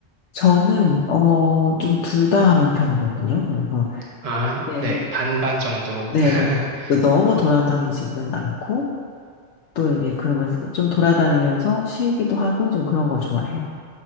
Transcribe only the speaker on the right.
아,
네.
반반 정도.
<laughs>